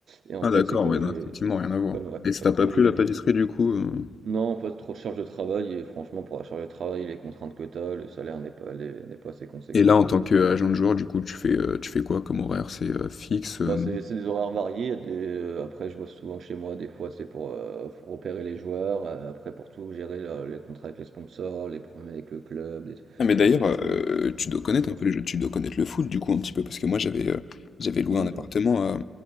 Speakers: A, on the right (about 65°); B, on the left (about 55°).
A: Et en
B: Ah
A: fait,
B: d'accord,
A: c'est comme
B: ouais,
A: j'ai
B: non, effectivement, rien à voir.
A: comme, ouais,
B: Et ça
A: comme,
B: t'a pas
A: comme
B: plu
A: j'ai fait
B: la
A: du
B: pâtisserie
A: foot.
B: du coup? euh
A: Non, en fait, trop de charge de travail, et franchement, pour la charge de travail, les contraintes que t'as, le salaire n'est pas, les- n'est pas assez conséquent,
B: Et là, en
A: je
B: tant
A: trouve.
B: qu'agent
A: Donc,
B: de joueur, du coup, tu fais, euh, tu fais quoi comme horaire? C'est euh, fixe? euh,
A: bah, c'est c'est des horaires variés. il y a des- euh, après, je bosse souvent de chez moi, des fois, c'est pour euh, repérer les joueurs, euh, après, pour tout, gérer la- les contrats avec les sponsors, les problèmes avec le club, les-
B: Ah, mais
A: la,
B: d'ailleurs,
A: co- la
B: euh,
A: commune.
B: tu dois connaître
A: Ah, dis-moi.
B: un peu les jeux, tu dois connaître le foot du coup un petit peu, parce que moi j'avais euh, j'avais loué
A: Hum,
B: un appartement
A: dis-moi.
B: à,